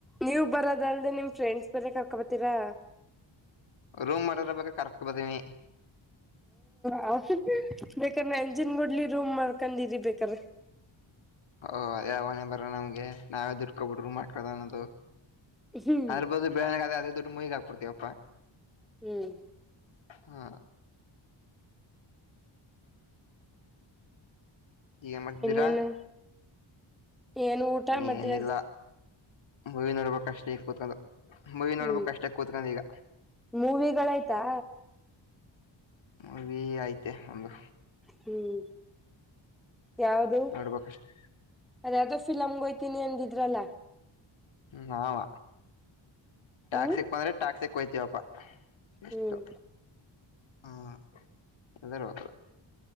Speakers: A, in the centre; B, on the left.
A: ನೀವು ಬರೋದಲ್ದೆ ನಿಮ್ ಫ್ರೆಂಡ್ಸ್ ಬರಕ್ ಕಾಕೊಬತೀರಾ
B: ರೂಮ್ ಮಾಡಿರ ಬಾ ಕರೆಕ್ಟ್ ಬದೀನವಿ
A: ಹ ಬೇಕಾರಾ ಎಂಜಿನ್ ಗಡ್ಲಿ ರೂಮ್ ಮಾಡ್ಕಿರಿ ಬೇಕ್ರ
B: ಹಓ ಯಾವನೇ ಬರ ನಮ್ಗೆ ನಾವೇ ದುಡ್ಕೊಬ ಬಿಡರು ಮಾಡ್ಕ್ದ ಅನ್ನೋದು
A: ಹ್ಮ್
B: ಆರ್ಬೋದು ಅದೇ ದುಡ್ಡು ಮೈಗ ಹಾಕ್ಬಡ್ತಿವಪ್ಪಾ
A: ಹ್ಮ್
B: ಹಾ ಏನ್ ಮಾಡ್ತಿದ್ದೀರಾ
A: ಇನ್ನೇನು ಏನು ಊಟ ಮಧ್ಯ
B: ಏನಿಲ್ಲ ಮೂವಿ ನೋಡ್ಬೇಕಕ್ ಅಷ್ಟೇ ಇಗ್ತತ್ ಅದು ಮೂವಿ ನೋಡ್ಬೇಕಕ್ು
A: ಹ್ಮ್
B: ಕಷ್ಟಕ್ ಕೂತ್ಕೊಂಡ ಈಗ
A: ಮೂವಿಗಳಾಯ್ತಾ
B: ಮೂವಿ ಆಯ್ತೆ ಒಂದು
A: ಹ್ಮ್ ಯಾವ್ದ
B: ನೋಡ್ಬೇಕಷ್ಟೆ
A: ಅದೇದ ಫಲಮ್ಗೆೋಗಯ್ತನಿ ಅಂದಿದ್ರಲ್ಲ
B: ನಾವ ಟ್ಯಾಕ್ಸಿಕ್
A: ಹ್ಮ್
B: ಬಂದ್ರೆ ಟ್ಯಾಕ್ಸಿಕ್ ಹೊಯ್ತೀವಪ್ಪಾ ಎಷ್ಟು
A: ಹ್ಮ್
B: ಹ ಎಲ್ಲರೂ ಹದಲ್ಲ